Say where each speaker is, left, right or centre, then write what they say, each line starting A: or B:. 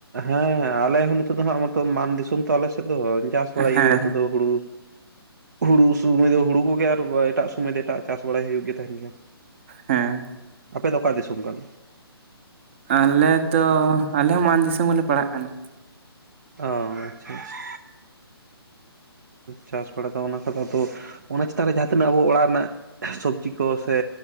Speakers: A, on the right; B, on the right.
A: ᱦᱮᱸ ᱟᱞᱮ ᱱᱤᱛᱚᱜ ᱫᱚ ᱦᱟᱜ ᱢᱚᱛᱚ ᱢᱟᱱ ᱫᱤᱥᱚᱢ ᱛᱚ ᱟᱞᱮ ᱥᱮᱫ ᱫᱚ ᱪᱟᱥ ᱵᱟᱲᱟᱭ
B: ᱦᱮᱸ
A: ᱜᱮ ᱦᱩᱭᱩᱜᱼᱟ ᱱᱤᱛᱚᱜ ᱫᱚ ᱦᱳᱲᱳ ᱦᱳᱲᱳ ᱥᱚᱢᱚᱭ ᱫᱚ ᱦᱳᱲᱳ ᱠᱚᱜᱮ ᱟᱨ ᱮᱴᱟᱜ ᱥᱚᱢᱚᱭ ᱫᱚ ᱮᱴᱟᱜ ᱪᱟᱥ ᱵᱟᱲᱟᱭ ᱦᱩᱭᱩᱜ ᱜᱮ ᱛᱟᱦᱮᱱ ᱜᱮᱭᱟ᱾
B: ᱦᱮᱸ
A: ᱟᱯᱮ ᱫᱚ ᱚᱠᱟ ᱫᱤᱥᱚᱢ ᱠᱟᱱ?
B: ᱟᱞᱮᱻ ᱫᱚ ᱟᱞᱮ ᱦᱚᱸ ᱢᱟᱱ ᱫᱤᱥᱚᱢ ᱜᱮ ᱞᱮ ᱯᱟᱲᱟᱜ ᱠᱟᱱᱟ᱾
A: ᱚ ᱟᱪᱷᱟ-ᱟᱪᱷᱟ ᱪᱟᱥ ᱵᱟᱲᱟ ᱫᱚ ᱚᱱᱟ ᱠᱷᱟ ᱛᱚ ᱚᱱᱟ ᱪᱮᱛᱟᱱ ᱨᱮ ᱡᱟᱦᱟᱸ ᱛᱤᱱᱟᱹᱜ ᱟᱵᱩ ᱚᱲᱟᱜ ᱨᱮᱱᱟᱜ ᱥᱚᱵᱽᱡᱤ ᱠᱚ ᱥᱮ